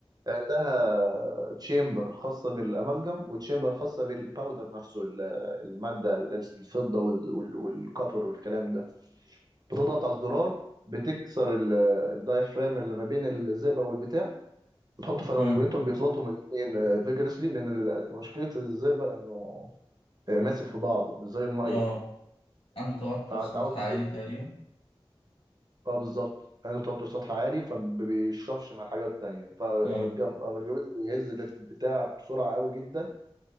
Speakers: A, on the right; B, on the left.
A: عندها تشامبر خاصه بالاملجم وتشامبر خاصه بالباودر نفسه ال- الماده الفضه وال- وال- والكوبر والكلام ده بتضغط على الزرار بتكسر ال- الدايفرام اللي ما بين الزئبق والبتاع بتحطه في المانجمنتور
B: مم.
A: بيخلطهم الاثنين فيجرسلي لان ال- مشكله الزئبق انه آه، ماسك في بعضه مش زي الميه
B: اه عنده توتر
A: فانت
B: سطح
A: عاوز تقول
B: عالي تقريبا
A: اه بالظبط عنده توتر سطح عالي فما بيشربش مع الحاجات التانية فالجم
B: مم.
A: بيهز البتاع بسرعة قوي جدا